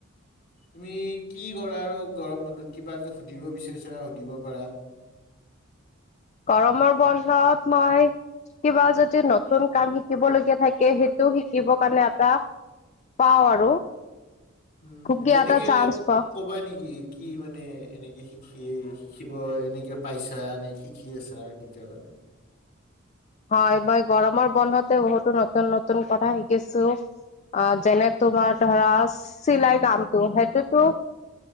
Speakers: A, on the left; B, on the left.
A: তুমি কি কৰা আৰু গৰম বন্ধত কিবা যদি সুধিব বিচাৰিছা সুধিব পাৰা!
B: গৰমৰ বন্ধত মই কিবা যদি নতুন কাম শিকিবলগীয়া থাকে সেইটো শিকিবৰ কাৰণে এটা পাওঁ আৰু!
A: উম,
B: সুকীয়া
A: যেনেকে
B: এটা চান্স পাওঁ
A: ক'বা নেকি কি মানে এনেকে শি কি, শিকিব এনেকে পাইছা নে শিকি আছা কেতিয়াবা?
B: হয়, মই গৰমৰ বন্ধতে বহুতো নতুন, নতুন কথা শিকিছোঁ! অ', যেনে তোমাৰ ধৰা চিলাই কামটো সেইটোতো